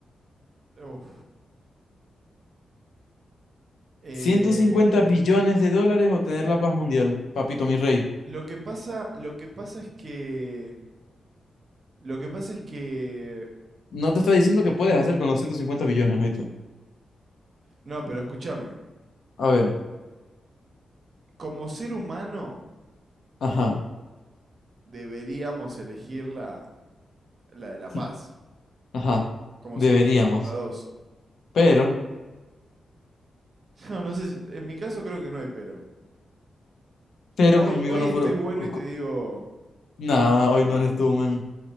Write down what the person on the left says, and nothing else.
ciento cincuenta billones de dólares o tener la paz mundial, papito mi rey.
No te está diciendo que puedes hacer con los 150 billones ahorita.
A ver,
ajá,
<laughs>
ajá,
deberíamos.
Pero,
pero
conmigo
no
fueron.
co-
co-
Nah,
hoy no eres tú, men.